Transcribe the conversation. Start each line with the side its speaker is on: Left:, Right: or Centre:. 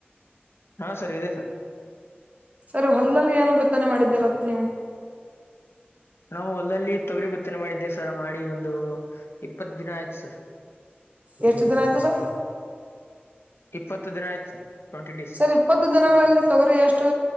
Left: ಹಾ ಸರ್ ಇದೆ ಸರ್. <unintelligible>
Right: ಸರ್ ಹೊಲದಲ್ಲಿ ಏನೋ ಬಿತನೆ ಮಾಡಿದ್ದೀರತ್ ನೀವು. <unintelligible>
Left: ನಾವು ಹೊಲದಲ್ಲಿ ತೊಗರಿಬಿತ್ತನೆ ಮಾಡಿದ್ದೇವೆ ಸರ್ ಮಾಡಿ ಒಂದು ಇಪ್ಪತ್ತು ದಿನ ಆಯ್ತು ಸರ್. <unintelligible>
Right: ಎಷ್ಟು ದಿನ ಆಯ್ತು ಸರ್. <unintelligible>
Left: ಇಪ್ಪತ್ತು ದಿನ ಆಯ್ತು ಸರ್ ಟ್ವೆಂಟಿ ಡೇಸ್.
Right: ಸರ್
Left: <unintelligible>
Right: ಇಪ್ಪತ್ತು ದಿನಗಳಲ್ಲಿ ತೊಗರಿ ಎಷ್ಟು